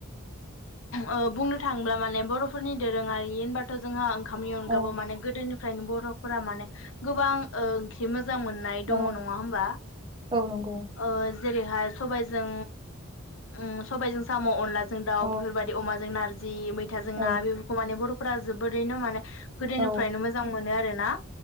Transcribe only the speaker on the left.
ओ बुंनो थाङोब्ला माने बर'फोरनि दोरोङारि होनबाथ' जोंहा ओं खामनि अनगाबो
माने गोदोनि फ्रायनो बर'फोरा माने गोबां ओंख्रि मो जां मोननाय
दङ नङा होमबा
ओ जेरैहाय सबायजों उम सबायजों साम'अनला जों दाउ
बेफोरबायदि अमाजों नारजि <unintelligible> <unintelligible> जों
ना बेफोरखौ माने बर' <unintelligible> <unintelligible> जोबोदैनो माने गोदोनिफ्रायनो
मोजां मोनो आरो ना।